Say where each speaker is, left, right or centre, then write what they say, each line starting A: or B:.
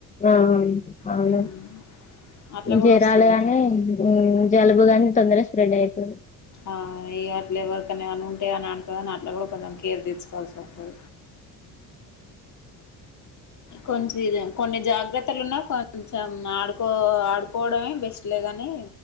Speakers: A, on the left; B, on the left.
A: ఆ అవునా
B: హ్మ్. అట్లా కూడా
A: జరాలు
B: వస్తుందట
A: గాని జలుబుగాని తొందర స్ప్రెడ్ అయితుంది
B: ఆ అట్ల ఎవరికనా ఏమైనా ఉంటయి అని అంటతుందని అట్లా కూడా కొంచం కేర్ తీ సుకోవాల్సి ఒస్తది కొంచినే కొన్ని జాగ్రత్తలున్నా కొంచెం ఆడుకో ఆడుకోవడమే బెస్ట్ లే గని